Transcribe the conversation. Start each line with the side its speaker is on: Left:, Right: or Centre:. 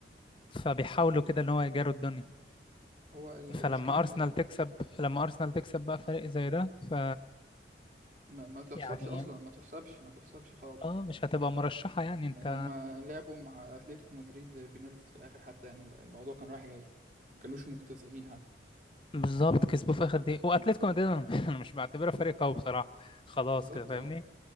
Left: فبيحاولوا كده إن هو يجاروا الدنيا
Right: هو ال-
Left: فلما
Right: المشكلة إن
Left: أرسنال تكسب لما أرسنال تكسب بقى فريق زي ده ف
Right: ما, ما تحسبش
Left: يعني
Right: أصلا ما تحسبش ما تحسبش خالص
Left: اه مش هتبقى مرشحة يعني انت
Right: يعني هما لعبوا مع أتلتيكو مدريد بنالتيز في الآخر حتى يعني الموضوع كان رايح جاي ما كانوش مكتسحين حتى
Left: بالظبط كسبوه في آخر دقيقة وأتلتيكو مدريد أنا <laughs> أنا مش بعتبره فريق قوي بصراحة خلاص
Right: بالظبط
Left: كده فاهمني
Right: اه